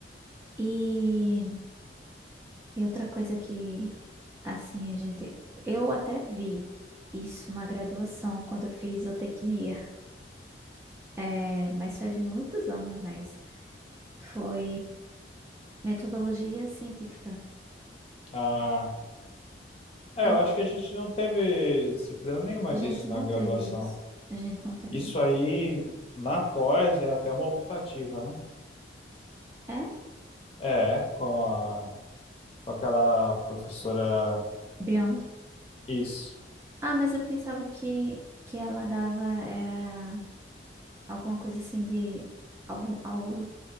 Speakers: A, on the right (about 15°); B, on the left (about 35°).
A: E E outra coisa que, assim, a gente. Eu até vi isso na graduação, quando eu fiz zootecnia, é, mas faz muitos anos, né? Isso. Foi metodologia científica.
B: Ah, é,
A: Eu
B: eu
A: não-
B: acho que a gente não teve disciplina nenhuma
A: a gente
B: disso na
A: não
B: graduação.
A: teve isso. A gente não teve.
B: Isso aí na pós é até uma optativa, né?
A: É?
B: É, com a, com aquela professora
A: Beyond?
B: Isso.
A: Ah, mas eu pensava que, que ela dava, era alguma coisa assim de. Algum, algo,